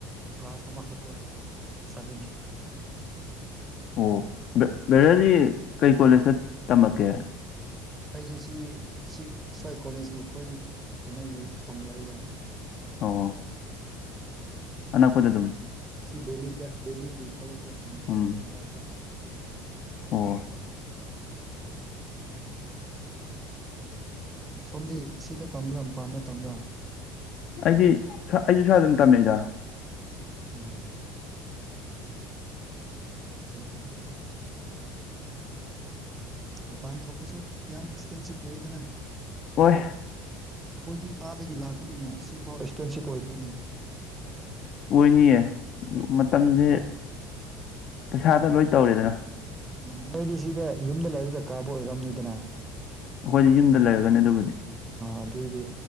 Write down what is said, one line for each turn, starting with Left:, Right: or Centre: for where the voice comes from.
Right: ꯀ꯭ꯂꯥꯁ ꯑꯃꯈꯛꯇ ꯆꯠꯂꯤꯅꯤ
Left: <unintelligible> ꯑꯣ ꯕꯦꯔꯗꯤ ꯀꯩ ꯀꯣꯂꯦꯖꯇ ꯇꯝꯃꯛꯀꯦ
Right: ꯑꯩꯁꯨ ꯁꯤ ꯁꯤ ꯁ꯭ꯋꯥꯏ ꯀꯣꯂꯦꯖꯀꯤ ꯑꯩꯈꯣꯏ ꯀꯩꯅꯣꯒꯤ ꯇꯝꯔꯏꯗ
Left: ꯑꯣ ꯑꯅꯛꯄꯗ ꯑꯗꯨꯝ
Right: ꯁꯤ ꯕꯦꯂꯤꯗ ꯕꯦꯂꯤꯒꯤ ꯀꯣꯂꯦꯖꯇ ꯇꯝꯂꯑꯦ
Left: ꯎꯝ
Right: ꯇꯝꯄꯥꯛꯇ
Left: ꯑꯣ
Right: ꯁꯣꯝꯗꯤ ꯁꯤꯗ ꯇꯝꯕ꯭ꯔꯥ ꯃꯄꯥꯟꯗ ꯇꯝꯕ꯭ꯔꯥ
Left: ꯑꯩꯗꯤ ꯑꯩꯁꯨ ꯁꯋꯥꯏ ꯑꯗꯨꯝ ꯇꯝꯃꯛꯏꯗ
Right: ꯎꯝ ꯐꯩ ꯐꯩ ꯃꯄꯥꯟ ꯊꯣꯛꯄꯁꯨ ꯌꯥꯝ ꯑꯦꯛꯁꯄꯦꯟꯁꯤꯞ ꯑꯣꯏꯗꯅ
Left: ꯑꯣꯏ
Right: ꯑꯩꯈꯣꯏꯗꯤ ꯑꯥꯗꯒꯤ ꯂꯥꯛꯄꯅꯤꯅ ꯁꯤꯐꯥꯎ ꯑꯦꯛꯁꯄꯦꯟꯁꯤꯞ ꯑꯣꯏꯈ꯭ꯔꯤꯅꯦ
Left: ꯑꯁ ꯑꯣꯏꯅꯤꯌꯦ ꯃꯇꯝꯁꯦ ꯄꯩꯁꯥꯗ ꯂꯣꯏ ꯇꯧꯔꯦꯗꯅ
Right: ꯃꯥꯅꯦ ꯅꯣꯏꯗꯤ ꯁꯤꯗ ꯌꯨꯝꯗ ꯂꯥꯏꯔꯤꯛꯛꯇ ꯀꯥꯕ ꯑꯣꯏꯔꯝꯅꯤꯗꯅ
Left: ꯑꯩꯈꯣꯏꯗꯤ ꯌꯨꯝꯗ ꯂꯩꯔꯒꯅꯤ ꯑꯗꯨꯕꯨꯗꯤ
Right: ꯑꯗꯨꯏꯗꯤ